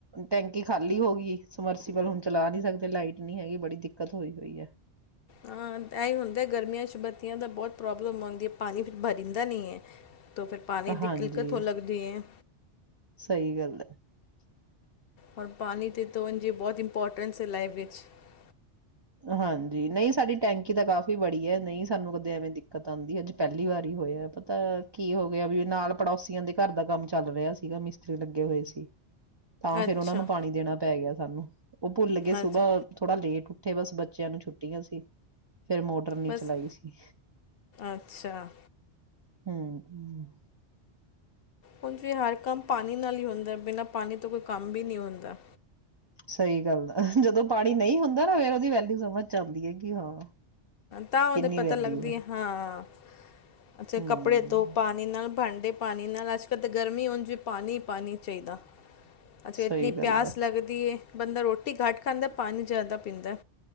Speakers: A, on the right; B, on the left.
A: ਟੈਂਕੀ ਖਾਲੀ ਹੋ ਗਈ ਸਮਰਸੀਬਲ ਹੁਣ ਚਲਾ ਨਹੀਂ ਸਕਦੇ ਲਾਈਟ ਨਹੀਂ ਹੈਗੀ ਬੜੀ ਦਿੱਕਤ ਹੋਈ ਹੋਈ ਹੈ
B: ਹਾਂ ਇਹੀ ਹੁੰਦਾ ਗਰਮੀਆਂ ਚ ਬੱਤੀਆਂ ਦਾ ਬਹੁਤ ਪ੍ਰੋਬਲਮ ਆਉਂਦੀ ਹੈ ਪਾਣੀ ਫਿਰ ਭਰੀਦਾ ਨਹੀਂ ਹੈ ਤਾਂ ਫਿਰ ਪਾਣੀ ਦੀ
A: ਹਾਂਜੀ
B: ਕਿਲਕਤ ਹੋ ਲੱਗਦੀ ਹੈ
A: ਸਹੀ ਗੱਲ ਹੈ
B: ਹੋਰ ਪਾਣੀ ਤੇ ਤਾਂ ਉਂਝ ਹੀ ਬਹੁਤ ਇੰਪੋਰਟੈਂਟਸ ਲਾਈਫ ਦੇ <unintelligible>
A: ਹਾਂਜੀ ਨਹੀਂ ਸਾਡੀ ਟੈਂਕੀ ਤਾਂ ਕਾਫ਼ੀ ਬੜੀ ਹੈ ਨਹੀਂ ਸਾਨੂੰ ਕਦੇ ਐਵੇਂ ਦਿੱਕਤ ਆਉਂਦੀ ਅੱਜ ਪਹਿਲੀ ਵਾਰੀ ਹੋਇਆ ਪਤਾ ਕੀ ਹੋ ਗਿਆ ਵੀ ਨਾਲ ਪੜੋਸੀਆਂ ਦੇ ਘਰ ਦਾ ਕੰਮ ਚੱਲ ਰਿਹਾ ਸੀਗਾ ਮਿਸਤਰੀ ਲੱਗੇ ਹੋਏ ਸੀ ਤਾਂ ਫੇਿਰ
B: ਅੱਛਾ
A: ਉਹਨਾ ਨੂੰ ਪਾਣੀ ਦੇਣਾ ਪੈ ਗਿਆ ਸਾਨੂੰ ਉਹ ਭੁੱਲ ਗਏ ਸੁਬਹ
B: ਅੱਛਾ
A: ਥੋੜਾ ਲੇਟ ਉੱਠੇ ਬਸ ਬੱਚਿਆਂ ਨੂੰ ਛੁੱਟੀਆਂ ਸੀ। ਫਿਰ ਮੋਟਰ ਨੀ
B: ਬਸ
A: ਚਲਾਈ ਸੀ।
B: ਅੱਛਾ
A: ਹੂੰ
B: ਹੁਣ ਹਰ ਕੰਮ ਪਾਣੀ ਨਾਲ ਹੀ ਹੁੰਦਾ ਬਿਨਾਂ ਪਾਣੀ ਤੋਂ ਕੋਈ ਕੰਮ ਵੀ ਨਹੀਂ ਹੁੰਦਾ।
A: ਸਹੀ ਗੱਲ ਆ, ਜਦੋਂ ਪਾਣੀ ਨਹੀਂ ਹੁੰਦਾ ਨਾ ਫੇਰ ਉਹਦੀ ਵੈਲਿਊ ਸਮਝ 'ਚ ਆਂਦੀ ਹੈਗੀ। ਕੀ ਹਾਂ
B: ਤਾਂ
A: ਕਿੰਨੀ
B: ਉਹਦੇ ਪਤਾ
A: ਵੈਲਿਊ
B: ਲੱਗਦੀ
A: ਹੈ,
B: ਏ ਹਾਂ। ਅੱਛੇ
A: ਹੂੰ।
B: ਕੱਪੜੇ ਤੋਂ ਪਾਣੀ ਨਾਲ ਬਣ ਠੰਡੇ ਪਾਣੀ ਨਾਲ ਅੱਜਕੱਲ੍ਹ ਤਾਂ ਗਰਮੀ ਹੋਣ ਪਾਣੀ-ਪਾਣੀ ਚਾਹੀਦਾ। ਅੱਛਾ
A: ਸਹੀ
B: ਇਤਨੀ
A: ਗੱਲ
B: ਪਿਆਸ
A: ਹੈ,
B: ਲਗਦੀ ਏ, ਬੰਦਾ ਰੋਟੀ ਰੋਟੀ ਘੱਟ ਖਾਂਦਾ ਪਾਣੀ ਜ਼ਿਆਦਾ ਪੀਂਦਾ।